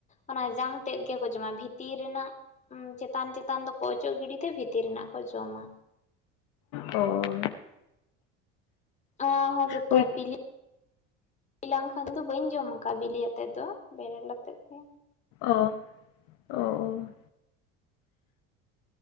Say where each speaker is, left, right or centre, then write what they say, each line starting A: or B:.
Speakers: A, on the left; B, on the left.
A: ᱚᱱᱟ ᱡᱟᱝ ᱛᱮᱫ ᱜᱮᱠᱚ ᱡᱚᱢᱟ ᱵᱷᱤᱛᱤᱨ ᱨᱮᱱᱟᱜ ᱪᱮᱛᱟᱱ ᱪᱮᱛᱟᱱ ᱫᱚᱠᱚ ᱚᱪᱚᱜ ᱜᱤᱰᱤ ᱛᱮ ᱵᱷᱤᱛᱤᱨ ᱨᱮᱱᱟᱜ ᱠᱚ ᱡᱚᱢᱟ᱾
B: ᱚ
A: ᱚ ᱦᱚᱸ ᱪᱮᱛᱟ
B: ᱦᱳᱭᱛᱚ
A: ᱵᱤᱞᱤ ᱞᱮᱞᱟᱝ ᱠᱷᱟᱱ ᱫᱚ ᱵᱟᱹᱧ ᱡᱚᱢ ᱟᱠᱟᱜ ᱵᱤᱞᱤ ᱟᱛᱮ ᱫᱚ ᱵᱮᱨᱮᱞ ᱟᱛᱮᱜ ᱫᱚ
B: ᱚ ᱚᱸᱦ